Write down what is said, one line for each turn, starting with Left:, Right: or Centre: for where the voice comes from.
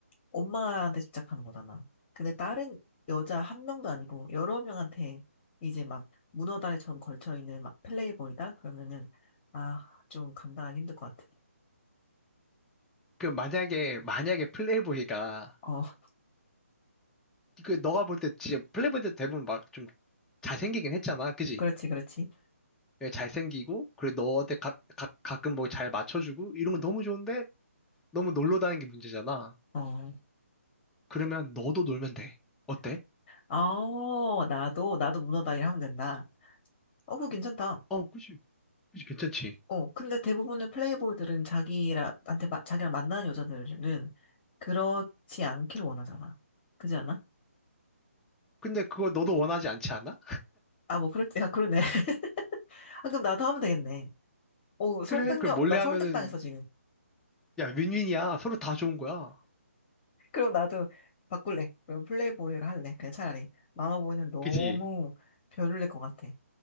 Left: 엄마한테 집착하는 거잖아. 근데 다른 여자 한 명도 아니고 여러 명한테 이제 막 문어다리처럼 걸쳐있는 막 플레이보이다? 그러면은, 아, 좀 감당하기 힘들 것 같아.
Centre: 그 만약에, 만약에 플레이보이가,
Left: 어, <laughs>
Centre: 그 너가 볼 때 진짜 플레이보이 때 대부분 막 좀 잘생기긴 했잖아. 그지?
Left: 그렇지, 그렇지.
Centre: 예, 잘생기고, 그리고 너한테 가, 가, 가끔 뭐 잘 맞춰주고, 이런 건 너무 좋은데, 너무 놀러 다니는 게 문제잖아.
Left: 어.
Centre: 그러면 너도 놀면 돼. 어때?
Left: 어, 나도, 나도 문어다이를 하면 된다. 어, 그거 괜찮다.
Centre: 어, 그치. 그치, 괜찮지.
Left: 어, 근데 대부분의 플레이보이들은 자기한테, 라 자기랑 만나는 여자들은 그렇지 않기를 원하잖아. 그지 않아?
Centre: 근데 그걸 너도 원하지 않지 않아?
Left: 아, 뭐, 그렇지. 아, 그러네. <laughs> 아, 그럼 나도 하면 되겠네. 어, 설득력,
Centre: 그래, 그걸 몰래
Left: 나 설득당했어,
Centre: 하면은,
Left: 지금.
Centre: 야, 윈윈이야. 서로 다 좋은 거야.
Left: <laughs> 그럼 나도 바꿀래. 그럼 플레이보이를 할래. 그냥 차라리. 마마보이는 너무
Centre: 그치?
Left: 별로일 것 같아.